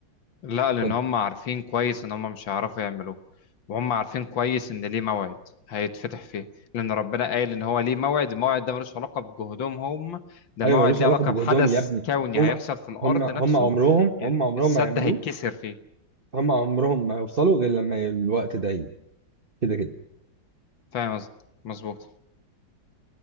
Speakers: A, on the left; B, on the right.
A: لا لان
B: ف
A: هم عارفين كويس ان هم مش هيعرفوا يعملوه وهم عارفين كويس ان ليه موعد هيتفتح فيه لان ربنا قال ان هو ليه موعد الموعد ده ملوش علاقه بجهودهم هم ده
B: ايوه
A: موعد
B: ملوش
A: ليه
B: علاقه
A: علاقه
B: بجهدهم
A: بحدث
B: يا ابني
A: كوني
B: هم
A: هيحصل في الارض
B: هم هم
A: نفسه
B: عمرهم هم
A: ال-
B: عمرهم
A: السد
B: ما يعملوه
A: هيتكسر فيه
B: هم عمرهم ما هيوصلوا غير لما الوقت ده يجي كده كده
A: فاهم قصدي مظبوط